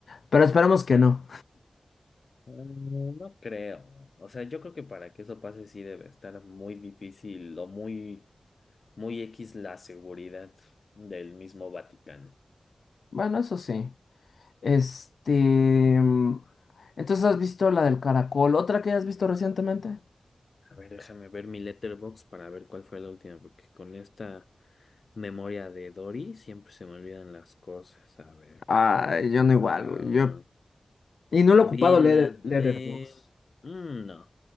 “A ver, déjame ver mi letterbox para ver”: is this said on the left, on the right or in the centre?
Left